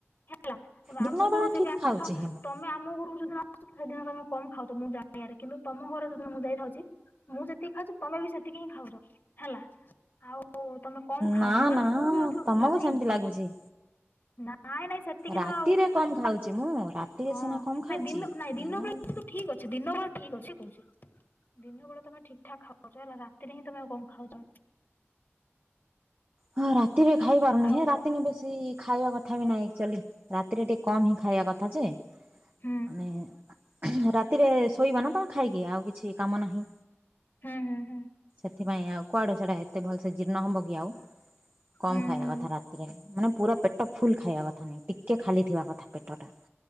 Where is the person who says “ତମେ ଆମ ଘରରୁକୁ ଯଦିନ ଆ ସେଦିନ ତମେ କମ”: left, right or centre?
Left